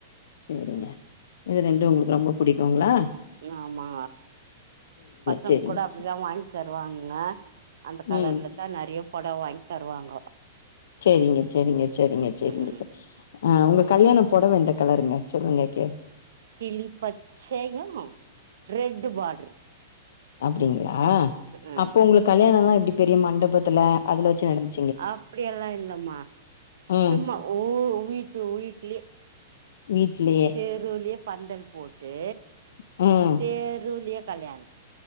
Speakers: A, on the left (about 65°); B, on the right (about 75°).
A: செரிங்க
B: ம் ம்
A: இது ரெண்டு உங்களுக்கு ரொம்ப புடிக்குங்ளா
B: ஆமா பசங்க
A: சேரிங்க
B: கூட அப்டிதா வாங்கி தருவாங்க அந்த கலர்லதா
A: ம்
B: நறைய பொடவ வாங்கி தருவாங்க
A: செரிங்க செரிங்க செரிங்க செரிங்க
B: ம் ம்
A: ஆ உங்க கல்யாண பொடவ எந்த கலருங்க சொல்லுங்க கே
B: கிளி பச்சையு ரெட்டு பாட்ரு
A: அப்டிங்களா
B: ம்
A: அப்போ உங்களுக் கல்யாணல்லா எப்டி பெரிய மண்டபத்துல அதுல வச்சு நடந்து
B: அப்படியல்லா இல்லம்மா
A: ம்
B: சும்மா ஊ வீட்டு வீட்லயே
A: வீட்லயே
B: தெருவுலயே பந்தல் போட்டு
A: ம்
B: தெருவுலயே கல்யாண